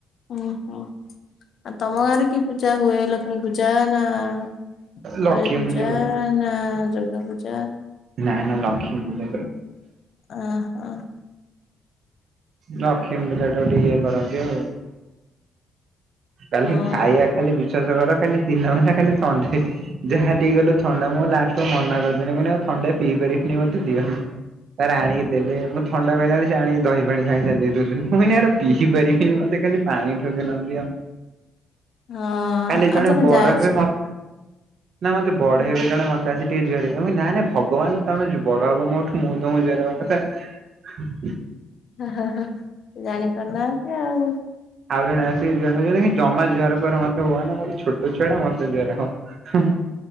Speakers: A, on the left; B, on the right.
A: ଓହୋ ଆଉ ତମ ଗାଁରେ କି ପୂଜା ହୁଏ ଲକ୍ଷ୍ କ୍ଷ୍ମୀ ପୂଜା ନା କାଳି
B: ଲକ୍ଷ୍ମୀ
A: ପୂଜା
B: ହୁଏ।
A: ନା ଦୁର୍ଗା ପୂଜା?
B: ନା ନା ଲକ୍ଷ୍ମୀ ପୁଜା କରୁ।
A: ଆଁ ହଁ।
B: ଲଷ୍ମୀ ପୂଜାଟାକୁ ଟିକେ ଇଏ କରନ୍ତି ଆଉ। କାଲି
A: ହଁ
B: ଖାଇବା ଖାଲି ବିଶ୍ଵାସ କର ଖାଲି ଦିନ ମାନେ ଖାଲି ଥଣ୍ଡା। ଯାହା ହଟିକି ଗଲୁ ଥଣ୍ଡା ମୁଁ ଲାଷ୍ଟକୁ ମନା କରିଦେଲି ମୁଁ କଇନି ଆଉ ଥଣ୍ଡା ପିଇ ପାରିବୁନି ମତେ ଦିଅନା। ତାପର ଆଣିକି ଦେଲେ ମୁଁ ଥଣ୍ଡା କହିଲା ବେଳେ ସେ ଆଣିକି ଦହି ପାଣି ସାଙ୍ଗେ ସାଙ୍ଗେ ଦେଇ ଦୋଉଚନ୍ତି ମୁଁ କହିନି ଆରେ ପିଇ ପାରିବିନି ମତେ ଖାଲି ପାଣି ଠୋପେ ନହନେ ଦିଅ।
A: ଆଉ
B: କାଲି ଜଣେ
A: ତମେ
B: ବଡ
A: ଯାଇଛ।
B: ହେବେ ମତ୍ ନା ମତେ ବଡ
A: ହ
B: ହେବେ ଜଣେ ମତ୍ ଆଜି ଟିକେ ଜୁହାରେ ହେଇଯା ମୁଁ କହିନି ନା ନା ଭଗବାନ ତମେ ଯୁ ବଡ ହବ ମୋଠୁ ମୁଁ ତମକୁ ଜୁହାର ହବା କଥା। ହଁ
A: ହ ହଁ ହ ହ ଜାଣିପାରୁନାହାନ୍ତି ଆଉ।
B: ଆଉ ଜଣେ ଆସିିକି ଜୁଆର ଜମା ଜୁହାର ଫୁଆର ମତେ ହୁଅନି ମୁଁ ବି ଛୋଟ ଛୁଆ ଟା, ମତେ ଜୁହାର ହବ।